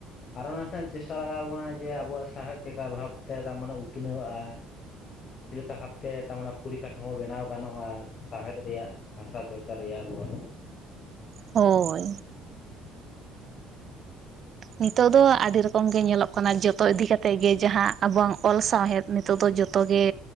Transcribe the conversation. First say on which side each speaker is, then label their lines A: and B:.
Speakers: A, on the left; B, on the right.
A: ᱟᱨ ᱚᱱᱟ ᱥᱟᱶ ᱪᱮᱥᱴᱟ ᱞᱟᱜᱟᱣ ᱵᱚᱱᱟ ᱡᱮ ᱟᱵᱚᱣᱟᱜ ᱥᱦᱮᱫ ᱪᱮᱠᱟ ᱵᱷᱟᱵ ᱛᱮ ᱮᱠᱫᱚᱢ ᱢᱟᱱᱮ ᱩᱛᱱᱟᱹᱣᱟᱜᱼᱟ᱾ ᱪᱮᱫ ᱞᱮᱠᱟ ᱵᱷᱟᱵ ᱛᱮ ᱛᱨ ᱯᱚᱨᱤᱠᱟᱴᱷᱟᱢ ᱦᱚᱸ ᱵᱮᱱᱟᱣ ᱜᱟᱱᱚᱜᱼᱟ ᱥᱟᱶᱦᱮᱫ ᱨᱮᱭᱟᱜ ᱵᱷᱟᱥᱟ ᱪᱚᱨᱪᱟ ᱨᱮᱭᱟᱜ <unintelligible>
B: ᱦᱚᱭ ᱱᱤᱛᱚᱜ ᱫᱚ ᱟᱹᱰᱤ ᱨᱚᱠᱚᱢ ᱜᱮ ᱧᱮᱞᱚᱜ ᱚᱱᱟ ᱡᱚᱛᱚ ᱤᱫᱤ ᱠᱟᱛᱮᱫ ᱜᱮ ᱡᱟᱦᱟᱸ ᱟᱵᱚᱣᱟᱜ ᱚᱞ ᱥᱟᱶᱦᱮᱫ ᱱᱤᱛᱚᱜ ᱫᱚ ᱡᱚᱛᱚ ᱜᱮᱻ